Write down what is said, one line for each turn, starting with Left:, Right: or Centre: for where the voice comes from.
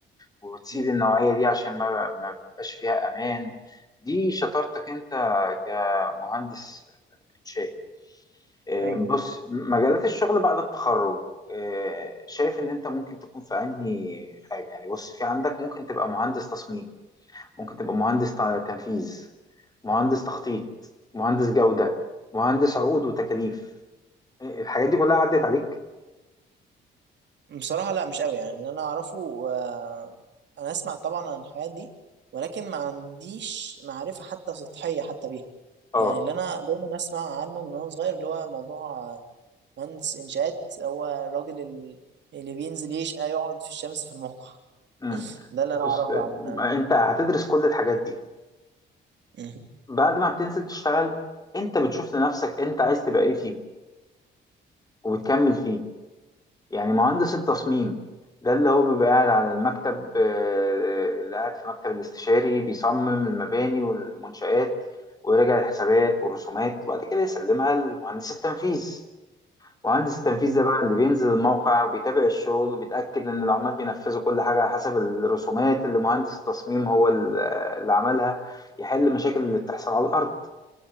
Left: وتسيب
Right: مم.
Left: النوعية دي عشان ما ما بيبقاش فيها أمان دي شطارتك أنت كمهندس إنشائي آه،
Right: أيوة
Left: بص مجالات الشغل بعد التخرج آه، شايف ان انت ممكن تكون في انهي حاجه يعني بص في عندك ممكن تبقى مهندس تصميم ممكن تبقى مهندس تع- تنفيذ مهندس تخطيط مهندس جوده مهندس عقود وتكاليف آه، الحاجات دي كلها عدت عليك
Right: بصراحة لا مش قوي يعني اللي أنا أعرفه آه، أنا أسمع طبعا عن الحياة دي ولكن ما عنديش معرفة حتى سطحية حتى بيها
Left: اه
Right: يعني اللي أنا دايما أسمع عنه من وأنا صغير اللي هو موضوع آه، مهندس إنشاءات هو الراجل ال- اللي بينزل يشقى يقعد في الشمس في الموقع
Left: مم.
Right: ده اللي
Left: بص
Right: أنا أعرفه
Left: آه،
Right: عن
Left: ما انت هتدرس كل الحاجات دي
Right: مم.
Left: بعد ما بتنزل تشتغل انت بتشوف لنفسك انت عايز تبقى ايه فيه وبتكمل فيه يعني مهندس التصميم ده اللي هو بيبقى قاعد على المكتب آه، آه، اللي قاعد في مكتب الاستشاري بيصمم المباني والمنشآت ويراجع الحسابات والرسومات وبعد كده يسلمها لمهندس التنفيذ مهندس التنفيذ
Right: مم.
Left: ده بقى اللي بينزل الموقع وبيتابع الشغل وبيتأكد إن العمال بينفذوا كل حاجة على حسب الرسومات اللي مهندس التصميم هو اللي اللي عملها يحل المشاكل اللي بتحصل على الأرض